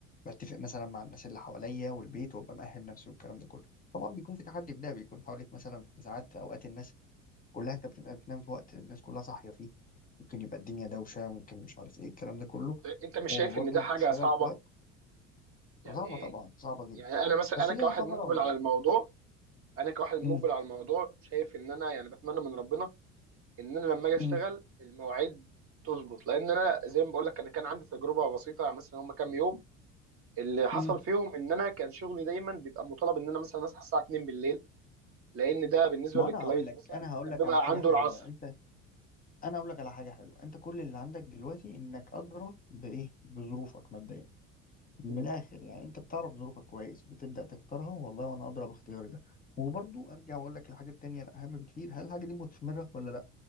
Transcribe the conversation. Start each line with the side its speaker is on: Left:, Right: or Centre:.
Left: بتفق مثلا مع الناس اللي حواليا والبيت وابقى مأهل نفسي والكلام ده كله طبعا بيكون في تحدي في ده بيكون حواليك مثلا في ساعات في اوقات الناس كلها انت بتبقى بتنام في وقت الناس كلها صاحية فيه ممكن يبقى الدنيا دوشة ممكن مش عارف ايه الكلام ده كله
Right: انت مش
Left: وبرضه
Right: شايف ان ده حاجة
Left: بتشتغل
Right: صعبة
Left: في وقت
Right: يعني
Left: صعبة طبعا صعبة جدا
Right: يعني انا مثلا
Left: بس
Right: انا
Left: ليها
Right: كواحد
Left: ثمرة
Right: مقبل
Left: ولا
Right: على
Left: لا؟
Right: الموضوع انا كواحد مقبل
Left: امم
Right: على الموضوع شايف ان انا يعني بتمنى من ربنا ان انا لما اجي اشتغل
Left: امم
Right: المواعيد تظبط لان انا زي ما بقول لك انا كان عندي تجربة بسيطة يعني مثلا هم كام يوم اللي حصل
Left: امم
Right: فيهم ان انا كان شغلي دايما بيبقى مطالب ان انا مثلا اصحى الساعة 2 بالليل لان ده بالنسبه
Left: ما
Right: للكلاينت
Left: انا هقول لك
Right: مثلا
Left: انا هقول
Right: كان
Left: لك
Right: بيبقى
Left: على حاجة
Right: عنده
Left: حلوة
Right: العصر
Left: انت انا اقول لك على حاجه حلوه انت كل اللي عندك دلوقتي انك ادرى بايه بظروفك مبدئيا من
Right: م-
Left: الاخر يعني انت بتعرف ظروفك كويس بتبدا تختارها والله وانا ادرى باختياري ده وبرضو ارجع واقول لك الحاجه التانيه الاهم بكتير هل الحاجه دي مثمره ولا لا